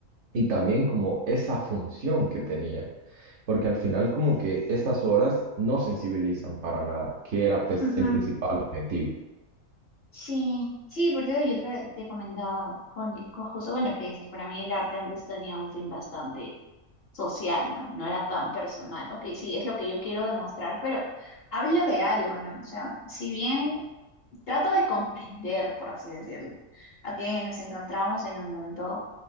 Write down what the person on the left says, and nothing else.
ujú.
Sí, sí, por eso yo te, te comentaba con, con justo, bueno, que dices, para mí el arte antes tenía un fin bastante social, ¿no? No era tan personal. Ok, sí, es lo que yo quiero demostrar, pero hablo de algo, ¿no? O sea, si bien trato de comprender, por así decirlo, a que nos encontramos en un mundo,